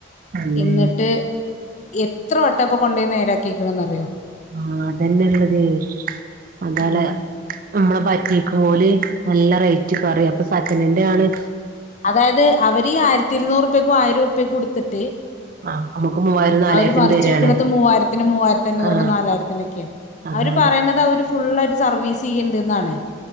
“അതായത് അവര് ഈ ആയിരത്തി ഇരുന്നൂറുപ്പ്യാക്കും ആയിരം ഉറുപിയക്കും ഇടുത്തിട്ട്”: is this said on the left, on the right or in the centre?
Left